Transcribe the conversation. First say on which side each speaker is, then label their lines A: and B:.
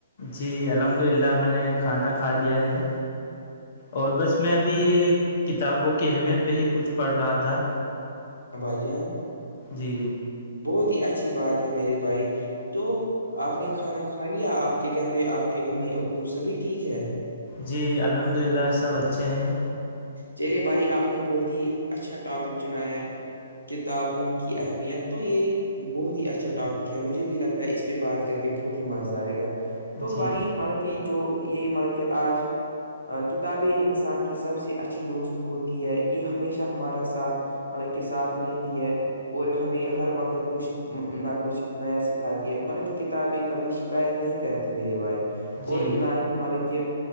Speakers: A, on the left; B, on the left.
A: جی الحمد للہ میں نے کھانا کھا لیا ہے اور بس میں ابھی یہ کتابوں کی اہمیت پہ ہی کچھ پڑ رہا تھا
B: بھائی جان
A: جی
B: بہت ہی اچھی بات ہے میرے بھائی تو آپ نے کھانا کھا لیا آپ کے گھر پہ آپ کے امی ابو سبھی ٹھیک ہے
A: جی الحمد للہ سب اچھے ہیں
B: چلے بھائی آپ نے بہت ہی اچھا ٹاپک چنایا ہے کتابوں کی اہمیت تو یہ ایک بہت ہی اچھا ٹاپک ہے مجھے بھی لگتا ہے اس پہ بات کر کے بہت ہی مزہ آئے گا تو
A: جی
B: بھائی مطلب کہ جو یہ مطلب کہ آج کتابیں انسان کی سب سے اچھی دوست ہوتی ہے یہ ہمیشہ ہمارا ساتھ مطلب کے ساتھ رہتی ہے اور ہمیں ہر وقت کچھ نہ کچھ نیا سکھاتی ہے مطلب کہ کتابیں کبھی شکایت نہیں کرتی میرے بھائی
A: جی
B: اور مطلب کہ